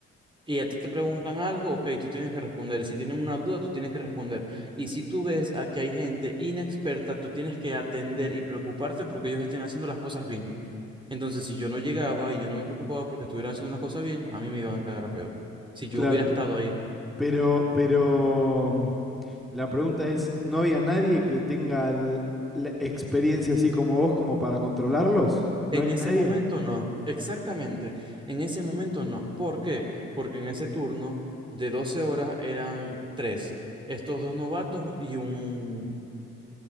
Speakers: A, on the right; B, in the centre.
A: y a ti te preguntan algo, ok, tú tienes que responder. Si tienen una duda, tú tienes que responder. Y si tú ves a que hay gente inexperta, tú tienes que atender y preocuparte porque ellos estén haciendo las cosas bien. Entonces, si yo no llegaba y yo no me preocupaba porque estuviera haciendo las cosas bien, a mí me iban a cagar a peor. Si yo
B: Claro,
A: hubiera estado ahí.
B: pero, pero mm, la pregunta es, ¿no había nadie que tenga l- la experiencia así como vos como para controlarlos? ¿No
A: En
B: había
A: ese
B: nadie?
A: momento no, exactamente. En ese momento no. ¿Por qué? Porque en ese turno de 12 horas eran tres. Estos dos novatos y un,